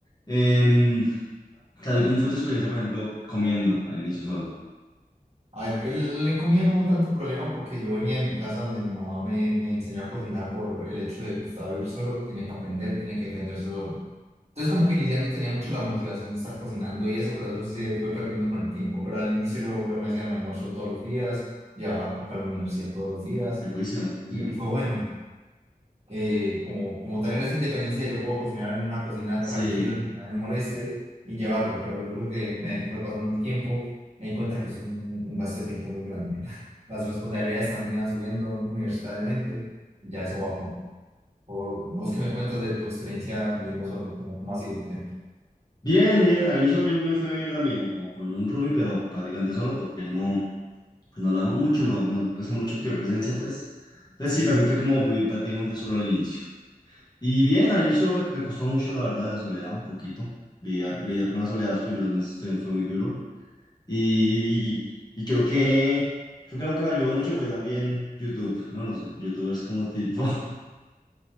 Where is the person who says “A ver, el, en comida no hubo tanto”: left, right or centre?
Right